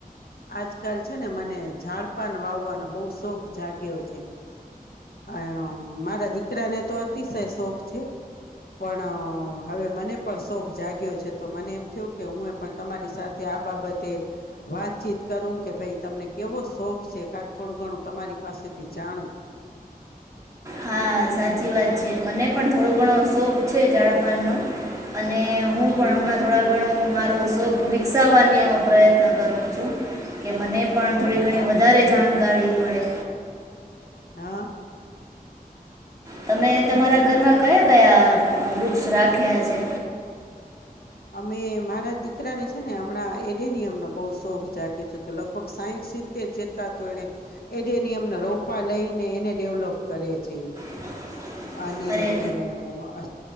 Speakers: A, on the left (about 75°); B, on the right (about 20°).
A: આજકાલ છે ને મને ઝાડપાન વાવવાનો બહુ શોખ જાગ્યો છે મારા દીકરાને તો અતિશય શોખ છે પણ હવે મને પણ શોખ જાગ્યો છે તો મને એમ થયું કે હું એ પણ તમારી સાથે આ બાબતે વાતચીત કરું કે ભાઈ તમને કેવો શોખ છે કાક થોડું ઘણું તમારી પા પાસેથી જાણું.
B: હા. હા સાચી વાત છે મને પણ થોડો ઘણો શોખ છે ઝડપાનનો અને હું પણ
A: હમ
B: હમણાં થોડા ઘણું મારું શોખ વિકસાવવાની હું પ્રયત્ન કરું છું કે મને પણ થોડી
A: અરે
B: ઘણી
A: વાહ
B: વધારે જાણકારી મળે
A: હા.
B: તમે તમારા ઘરમાં કયા કયા વૃક્ષ રાખ્યા છે.
A: અમે મારા દીકરાને છે ને હમણાં એડેનીયમનો બઉ શોખ જાગ્યો છે તો લગભગ સાઈઠ સીતેેર જેટલા તો એણે એડેનિયમ ના રોપા લઈને એને ડેવલોપ કરે છે ઈ.
B: <inaudible>
A: અને
B: અરે
A: અ